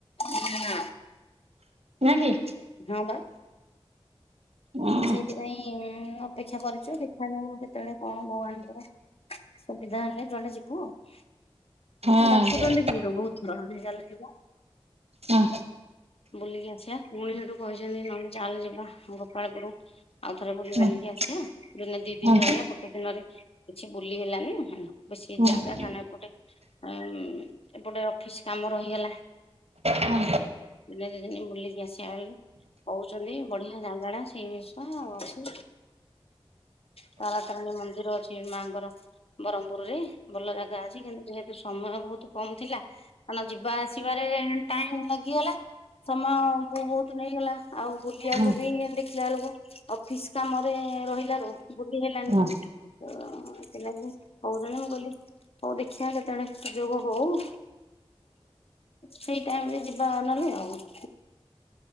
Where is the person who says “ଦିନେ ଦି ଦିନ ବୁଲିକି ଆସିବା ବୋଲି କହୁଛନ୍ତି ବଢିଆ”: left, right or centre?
Left